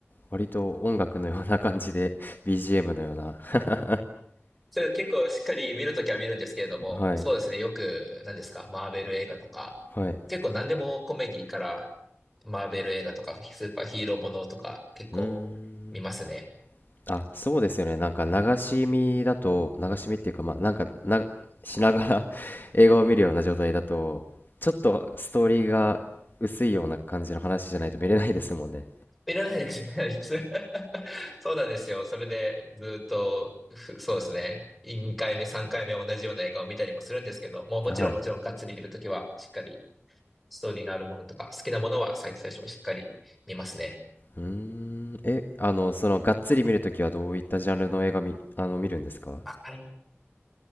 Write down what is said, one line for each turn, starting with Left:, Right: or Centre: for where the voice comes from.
Left: 割と音楽のような感じで、BGM のような。<laughs>
Centre: それ結構しっかり見るときは見るんですけれども、
Left: はい、
Centre: そうですね。よく、何ですか、マーベル映画とか、
Left: はい。
Centre: 結構何でもコメディから、マーベル映画とか、スーパーヒーローものとか、結構見ますね。
Left: うーん。あ、そうですよね。なんか流し見だと、流し見っていうか、まあ、なんかな、しながら <laughs> 映画を見るような状態だと、ちょっとストーリーが薄いような感じの話じゃないと見れないですもんね。
Centre: いらないです、いらないです。<laughs> そうなんですよ。それで、ずっと、ふそうですね。2回目、3回目同じような映画を見たりもするんですけど、もうもちろんもちろんがっつり見るときは、
Left: はい。
Centre: しっかりストーリーのあるものとか、好きなものは最最初はしっかり見ますね。
Left: うーん。え、あの、その、がっつり見るときはどういったジャンルの映画見、あの、見るんですか
Centre: はい